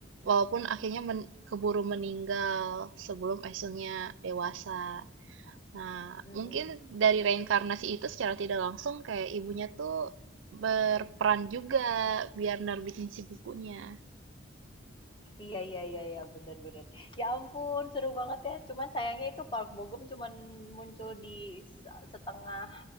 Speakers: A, on the right; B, on the left.
A: Walaupun akhirnya men- keburu meninggal sebelum Aisunnya
B: Mhm.
A: dewasa. Nah,
B: Mhm.
A: mungkin dari reinkarnasi itu secara tidak langsung kayak ibunya tuh berperan juga biar nerbitin si bukunya.
B: Iya, iya, iya, iya, bener, bener. Ya ampun, seru banget ya. Cuman sayangnya itu Park Bogum Gum cuman muncul di se- setengah